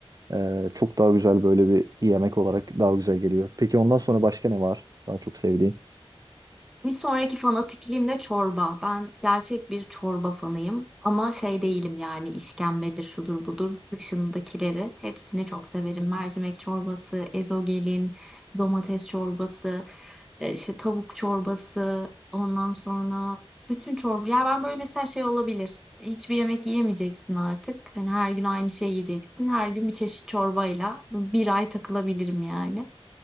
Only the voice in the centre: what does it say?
Bir sonraki fanatikliğim de çorba. Ben gerçek bir çorba fanıyım ama şey değilim yani işkembedir, şudur budur dışındakileri hepsini çok severim. Mercimek çorbası, ezogelin, domates çorbası, e, işte tavuk çorbası, ondan sonra bütün çorba. Ya ben böyle mesela şey olabilir. Hiçbir yemek yiyemeyeceksin artık. Hani her gün aynı şey yiyeceksin. Her gün bir çeşit çorbayla bir ay takılabilirim yani.